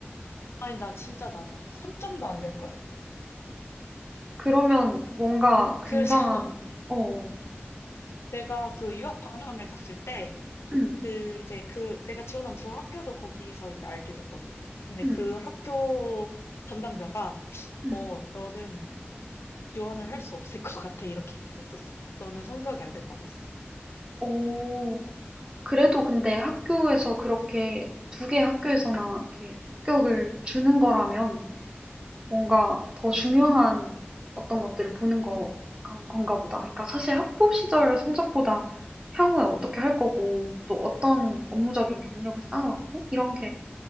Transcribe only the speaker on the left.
아니, 나 진짜 낮아. 3점도 안 될걸?
그래서 <laughs>
내가 그 유학 박람회 갔을 때
그 이제 그 내가 지원한 두 학교도 거기서 이제 알게 됐거든. 근데
그 학교 담당자가
어, 너는 지원을 할
수 없을 것 같아. 이렇게 얘기를 했었어. 너는 성적이 안 됐다고 했어.